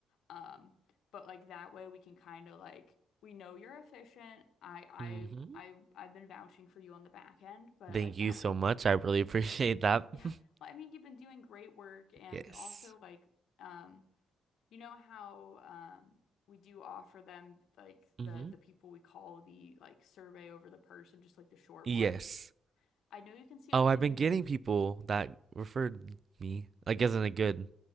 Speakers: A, on the left (about 75°); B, on the right (about 45°).
A: Um, but like that way we can kind of like we know you're efficient. I
B: Mm-hmm.
A: I I I've been vouching for you on the back end, but
B: Thank
A: like
B: you
A: that
B: so
A: way we
B: much.
A: can kind
B: I really
A: of like
B: appreciate that.
A: <laughs> yeah.
B: <laughs>
A: Well, I mean, you've been doing great work and
B: Yes.
A: also like um you know how um we do offer them like
B: Mm-hmm.
A: the the people we call the like survey over the person, just like the short
B: Yes.
A: one. I know you can see
B: Oh,
A: like
B: I've
A: the numeric
B: been getting people that referred me, like isn't it good